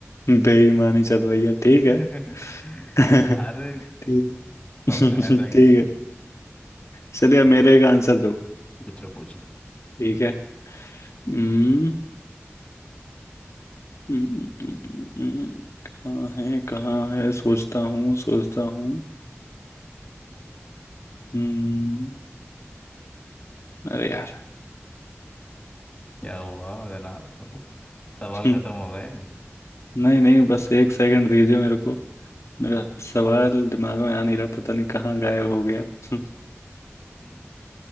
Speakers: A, on the left; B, on the left.
A: बेईमानी चल रही है ठीक
B: <laughs>
A: है
B: अरे
A: <laughs> ठीक है
B: सब जायजा
A: <laughs> ठीक
B: गेम
A: है
B: में
A: चलिए अब मेरे का आंसर दो
B: पूछो पूछो
A: ठीक है हम्म हम्म, हम्म, हम्म, हम्म, हम्म। कहाँ है कहाँ है सोचता हूँ सोचता हूँ हम्म अरे यार
B: क्या हुआ जनाब सवाल
A: हम्म,
B: खत्म हो गए
A: नहीं नहीं बस एक सेकंड दीजिए मेरे को मेरा सवाल दिमाग में आ नहीं रहा पता नहीं कहाँ गायब हो गया <laughs>
B: हम्म